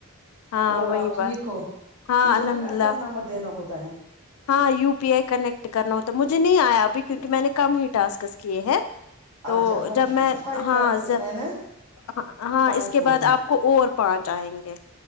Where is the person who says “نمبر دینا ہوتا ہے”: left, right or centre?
Right